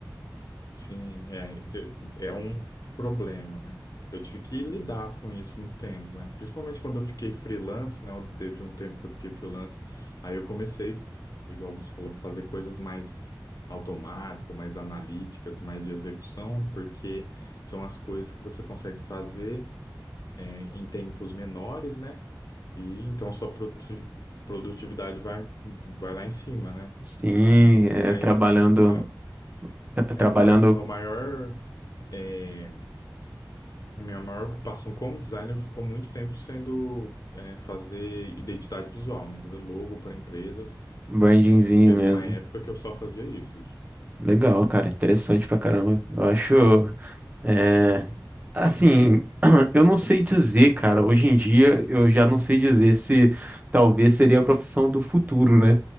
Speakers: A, on the left (about 55°); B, on the right (about 20°).
A: Sim, é, de- é um problema, né? Eu tive que lidar com isso muito tempo, né? Principalmente quando eu fiquei freelance, né? Eu- Teve um tempo que eu fiquei freelance, aí eu comecei, igual você falou, fazer coisas mais automáticas, mais analíticas, mais de execução, porque são as coisas que você consegue fazer, é, em tempos menores, né? E então a sua produ- produtividade vai, vai lá em cima, né?
B: Sim,
A: Então,
B: é,
A: mas.
B: trabalhando
A: ah,
B: tra-
A: é
B: trabalhando
A: o maior, meu maior, é, a minha maior ocupação como designer ficou muito tempo sendo é, fazer identidade visual, né? Fazer logo para empresas.
B: brandingzinho
A: É, teve
B: mesmo.
A: uma época que eu só fazia isso, isso.
B: Legal, cara. Interessante pra caramba. Eu acho. É, assim, <clears throat> eu não sei dizer, cara. Hoje em dia, eu já não sei dizer se talvez seria a profissão do futuro, né?